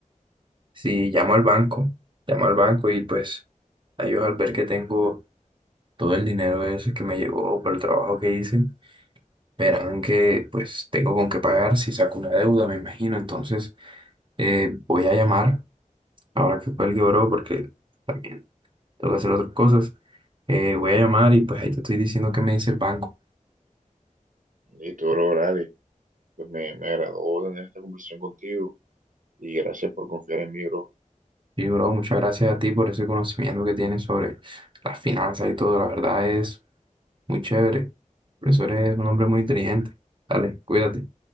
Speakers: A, on the right; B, on the right.
A: si llamo al banco, llamo al banco y pues a ellos al ver que tengo todo el dinero ese que me llegó por el trabajo que hice, verán que pues tengo con qué pagar si saco una deuda, me imagino. Entonces, eh, voy a llamar, ahora que cuelgue, bro, porque también tengo que hacer otras cosas. Eh, voy a llamar y pues ahí te estoy diciendo qué me dice el banco.
B: Listo, bro, dale. Pues me, me agradó tener esta conversación contigo y gracias por confiar en mí, bro.
A: Sí, bro, muchas gracias a ti por ese conocimiento que tienes sobre las finanzas y todo. La verdad es muy chévere. Por eso eres un hombre muy inteligente. Dale, cuídate.